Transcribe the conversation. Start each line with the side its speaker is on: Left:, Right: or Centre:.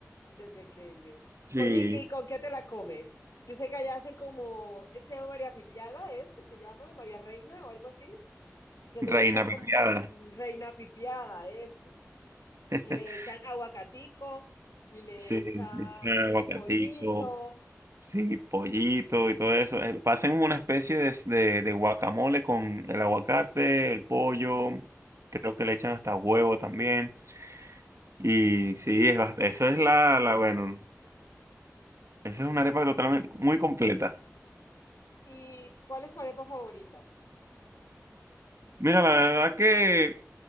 Left: De pequeño.
Right: Sí.
Left: Oye, ¿y qué- y con qué te la comes? Yo sé que allá hacen como, se llama María Pipiada, ¿es? que ¿Se llama María Reina o algo así? Que le
Right: Reina
Left: echan como
Right: pepiada.
Left: mm, Reina Pipiada, eso.
Right: <laughs>
Left: Que le echan aguacatico y le
Right: Sí,
Left: echan
Right: echa aguacatico,
Left: eh, pollito.
Right: sí, pollito y todo eso. Eh, Hacen una especie de, de- de guacamole con el aguacate, el pollo, creo que le echan hasta huevo también. Y sí, es, bast- eso es la, la, bueno, esa es una arepa totalmente muy completa.
Left: ¿Y cuál es tu arepa favorita?
Right: Mira, la verdad que